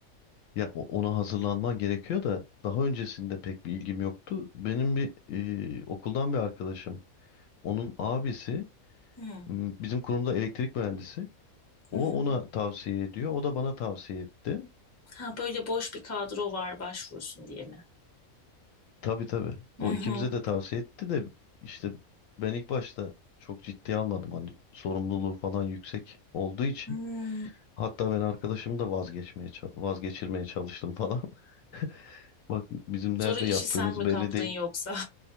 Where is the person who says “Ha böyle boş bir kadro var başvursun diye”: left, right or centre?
Left